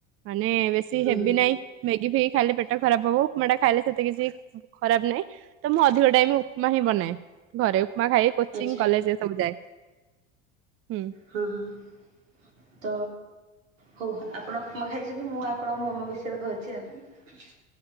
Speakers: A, on the right; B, on the right.
A: ମାନେ ବେଶୀ
B: ହୁଁ
A: ହେବି
B: ହୁଁ
A: ନାହିଁ। ମ୍ୟାଗି ଫିଗି ଖାଇଲେ ପେଟ ଖରାପ ହବ ଉପମାଟା ଖାଇଲେ ସେତେ କିଛି ଖରାପ ନାହିଁ। ତ ମୁଁ ଅଧିକ ଟାଇମ ଉପମା ହିଁ ବନାଏ। ଘରେ ଉପମା ଖାଇ କୋଚିଂ
B: ଆଚ୍ଛା
A: କଲେଜ ଏ ସବୁ ଯାଏ। ହୁଁ।
B: ହଁ ହଁ ତ ହଉ ଆପଣ ଉପମା ଖାଇଛନ୍ତି ମୁଁ ଆପଣଙ୍କୁ ମୋମୋ ବିଷୟରେ କହୁଛି ଆଉ।